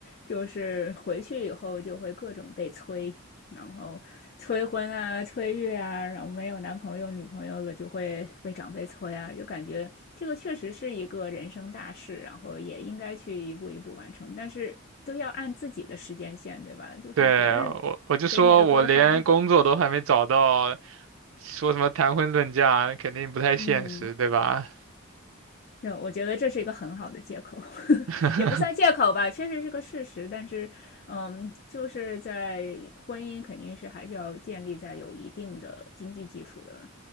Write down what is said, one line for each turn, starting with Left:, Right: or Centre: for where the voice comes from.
Left: 就是回去以后就会各种被催，然后催婚啊、催育啊，然后没有男朋友、女朋友了就会被长辈催啊，就感觉这个确实是一个人生大事，然后也应该去一步一步完成，但是都要按自己的时间线，对吧？
Right: <laughs>
Left: 就是别人
Right: 对，我我就说我连工作都还没找到，
Left: 给你的规划，
Right: 说什么谈婚论嫁肯定不太现实，
Left: 嗯。
Right: 对吧？
Left: 对，我觉得这是一个很好的借口，<laughs>
Right: <laughs>
Left: 也不算借口吧，确实是个事实。但是，嗯，就是在婚姻肯定是还是要建立在有一定的经济基础的